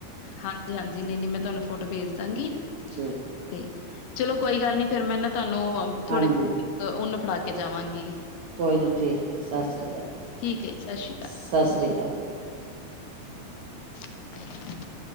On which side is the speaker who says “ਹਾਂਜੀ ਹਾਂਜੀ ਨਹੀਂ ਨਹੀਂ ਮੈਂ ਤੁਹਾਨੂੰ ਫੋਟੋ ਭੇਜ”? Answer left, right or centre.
Left